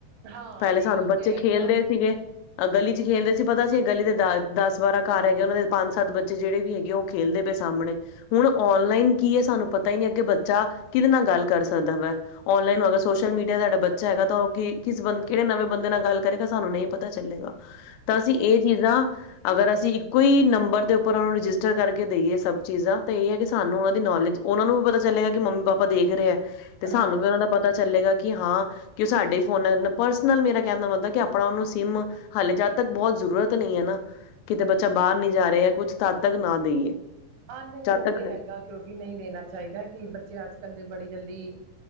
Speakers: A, on the right; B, on the left.
A: ਹਾਂ
B: ਪਹਿਲੇ
A: ਨਹੀਂ
B: ਸਾਨੂੰ
A: ਉਹ
B: ਬੱਚੇ
A: ਤੇ ਹੈਗਾ
B: ਖੇਲਦੇ ਸੀਗੇ ਅਹ ਗਲੀ ਚ ਖੇਲਦੇ ਸੀ, ਪਤਾ ਸੀ ਗਲੀ ਦੇ ਦ ਦਸ ਬਾਰਾਂ ਘਰ ਹੈਗੇ, ਉਹਨਾਂ ਦੇ ਪੰਜ ਸੱਤ ਬੱਚੇ ਜਿਹੜੇ ਵੀ ਹੈਗੇ ਉਹ ਖੇਲਦੇ ਪਏ ਸਾਹਮਣੇ, ਹੁਣ ਔਨਲਾਈਨ ਕੀ ਹੈ ਸਾਨੂੰ ਪਤਾ ਹੀ ਨੀ ਅੱਗੇ ਬੱਚਾ ਕਿਹਦੇ ਨਾਲ ਗੱਲ ਕਰ ਸਕਦਾ ਵਾ, ਔਨਲਾਈਨ ਅਗਰ ਸੋਸ਼ਲ ਮੀਡੀਆ ਸਾਡਾ ਬੱਚਾ ਹੈਗਾ ਤਾਂ ਉਹ ਕਿਸ ਬੰਦ ਕਿਹੜੇ ਨਵੇਂ ਬੰਦੇ ਨਾਲ ਗੱਲ ਕਰੇਗਾ ਸਾਨੂੰ ਨਹੀਂ ਪਤਾ ਚੱਲੇਗਾ, ਤਾਂ ਅਸੀਂ ਇਹ ਚੀਜ਼ਾਂ ਅਗਰ ਅਸੀਂ ਇੱਕੋ ਹੀ ਨੰਬਰ ਦੇ ਉੱਪਰ ਉਹਨਾਂ ਨੂੰ ਰਜਿਸਟਰ ਕਰਕੇ ਦੇਈਏ ਸਭ ਚੀਜ਼ਾਂ, ਤਾਂ ਇਹ ਹੈ ਕਿ ਸਾਨੂੰ ਉਹਨਾਂ ਦੀ ਨੌਲੇਜ ਉਹਨਾਂ ਨੂੰ ਵੀ ਪਤਾ ਚੱਲੇਗਾ ਕਿ ਮੰਮੀ ਪਾਪਾ ਦੇਖ ਰਹੇ ਆ। ਤੇ ਸਾਨੂੰ
A: ਹਾਂ
B: ਵੀ ਉਹਨਾਂ ਦਾ ਪਤਾ ਚੱਲੇਗਾ ਕਿ ਕਿ ਹਾਂ ਕਿ ਉਹ ਸਾਡੇ ਫੋਨਾਂ ਪਰਸਨਲ ਮੇਰਾ ਕਹਿਣ ਦਾ ਮਤਲਬ ਕਿ ਆਪਣਾ ਉਹਨੂੰ ਸਿਮ ਹਾਲੇ ਜਦ ਤੱਕ ਬਹੁਤ ਜ਼ਰੂਰਤ ਨਹੀ ਆ ਨਾ, ਕਿਤੇ ਬੱਚਾ ਬਾਹਰ ਨੀ ਜਾ ਰਿਹਾ, ਕੁਛ ਤਦ ਤੱਕ ਨਾ ਦੇਈਏ।
A: ਹਾਂ ਨਹੀਂ
B: ਜਦ
A: ਉਹ
B: ਤੱਕ
A: ਤੇ ਹੈਗਾ, ਕਿਉਂਕਿ ਨਹੀਂ ਦੇਣਾ ਚਾਹੀਦਾ ਕਿ ਬੱਚੇ ਅੱਜ ਕੱਲ੍ਹ ਦੇ ਬੜੀ ਜਲਦੀ ਵੀ